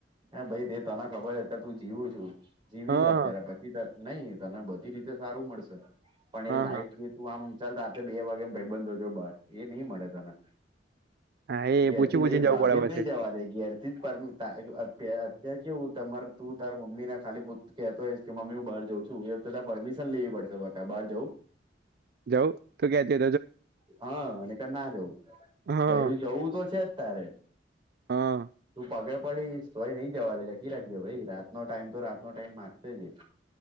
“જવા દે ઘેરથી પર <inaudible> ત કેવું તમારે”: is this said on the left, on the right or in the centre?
Right